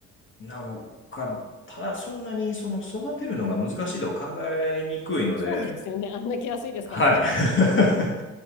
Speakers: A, on the left; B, on the left.
A: なのか、ただそんなにその育てるのが難しいとは考えにくいので、
B: そうですよね。あんだけ安いですからね。
A: はい。<laughs>
B: <laughs>